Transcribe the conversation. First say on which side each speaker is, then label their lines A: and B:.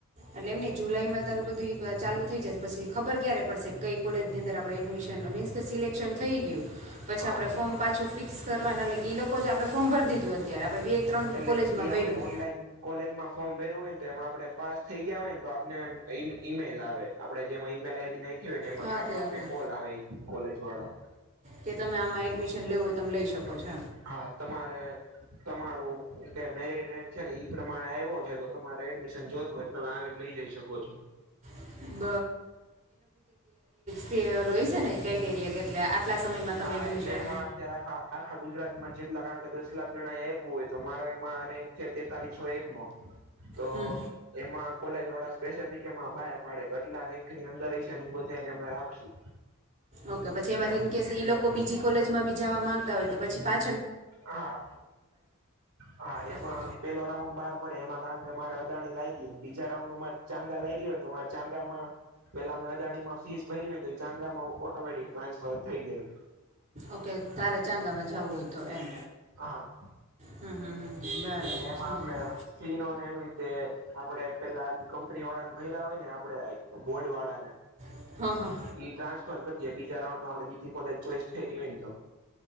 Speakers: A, on the right; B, on the right.
A: એટલે એમ નહી જુલાઈમાં તારું બધું ચાલુ થઇ જશે, પછી ખબર ક્યારે પડશે કઈ કોલેજ ની અંદર આપડે એડમિશન ન મીન્સ કે સિલેક્શન થઇ ગયું. પછી
B: હા
A: આપણે
B: હા.
A: ફોર્મ પાછું ફિક્સ કરવાના એટલે કે લોકો જ આપણે ફોર્મ ભરી દીધું અત્યારે આપણે બે ત્રણ
B: એટલે
A: કોલેજમાં
B: ઈ
A: ભર્યું
B: આપડે ઓનલાઈન કોલેજ માં ફોર્મ ભેરું હોય. તેમાં આપડણે પાસ થઈ ગયા હોય ને તો આપને ઈમેલ આવે. આપણેે જેમાં ઈમેલ આઈડી ના એ ને એમાં
A: હા
B: કા
A: ઓકે
B: તો આપને
A: ઓકે
B: કોલ આવે કોલેજ વાળા. ન
A: કે તમે આમાં એડમિશન લેવું હોય તમે લઈ શકો છો
B: હા તમારે તમાર કે મેરિટ રેન્ક છે ને ઈ પ્રમાણે આવ્યો છે, તો તમારે એડમિશન જોતું હોય તમે આવીને લઈ જઈ શકો છો.
A: એમ એ લ છેને કે એટલે આટલા સમયમાં તમે
B: હા
A: એડમિશન
B: એટલે એમાં અત્યારે આ આખા ગુજરાતમાં જેટલા દસ લાખ જણા એ આપવું હોય તો મારો એમાં રેન્ક છે, તેતાલીસો એક નો તો
A: હમ
B: એમાં કોલેજ જોડા સ્પેસફિક એમાં બહાર પાડે કેટલા રેન્ક ની અંદર ર છે. ને એ બધાને અમે રાખશું.
A: ઓકે! પછી
B: તેમ
A: એમાંથી ન કેસ એ લોકો બીજી કોલેજમાં બી જવા માંગતા હોય, તો પછી પા
B: હા, હા એમાં
A: ઓકે
B: પેલો રાઉન્ડ બહાર પડે એમાં કારણ કે મારે અદાણી લાયક બીજા રાઉન્ડમાં મારે ચાંગા લાગ ગ હોય, તો મારા ચાંગામાં પેલા મેં અદાણીમાં ફીસ ભરી હો ને તો, એ ચાંગામાં ઓટોમેટિક ટ્રાન્સફર થઈ ગયું.
A: ઓકે! તારે ચાંગામાં જવું હોય, તો એમ
B: હા.
A: હમ હમ હમ હમ. બરાબર
B: અને એમાં
A: સમજી
B: આપડે
A: ગઈ
B: ફીનોને એનું રીતે આપડે પેલા આ કંપની વાળા ને ભૈરા્યા હોય ને આપડે બોર્ડ વાળા ને
A: હા હા
B: એ ટ્રાન્સફર બીજા રાઉન્ડ માં આપણે બીજી કોજ ચોઇસ કરી, તો